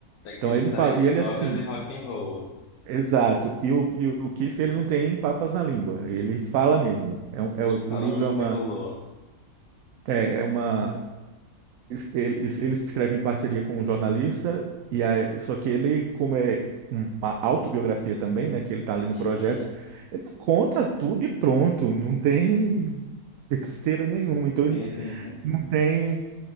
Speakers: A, on the left (about 80°); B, on the right (about 70°).
A: Daquele
B: Então ele
A: sexo,
B: fala, e ele
A: drogas
B: assim,
A: e rock and roll.
B: Exato. E o, e o Keith, ele não tem papas na língua, ele fala mesmo. É, um- é,
A: Ele
B: o
A: fala
B: o livro
A: mesmo
B: é uma,
A: que rolou.
B: é, é uma, ele, ele escreve em parceria com um jornalista, e aí, só que ele, como é uma autobiografia também, né, que ele está ali no
A: Uhum.
B: projeto, ele conta tudo e pronto, não tem <laughs> besteira nenhuma. Então
A: <laughs>
B: ele não tem,